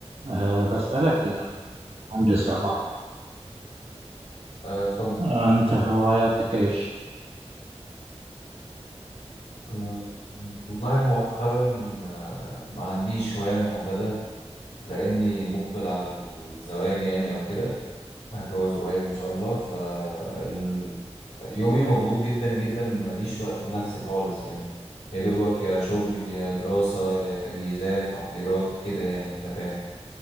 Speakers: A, on the right; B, on the left.
A: أه بسألك يا مهندس عمر
B: آه، اتفضل
A: أه، أنت هواياتك إيش؟
B: آه، والله مؤخرا آه، ما عنديش هواية محددة لأني مقبل على الزواج يعني أو كده هتجوز قريب إن شاء الله ف ال- يومي مضغوط جدا جدا ماليش وقت لنفسي خالص يعني يا دوبك يا شغل يا دراسة يا تجهيزات تحضيرات كده يعني أنت فاهم